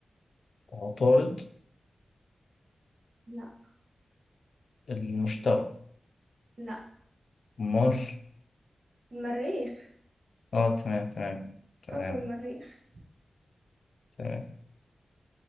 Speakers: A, on the left; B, on the right.
A: عطارد
B: لا
A: المشتري
B: لا
A: أمال
B: المريخ
A: آه تمام تمام تمام
B: كوكب المريخ
A: تمام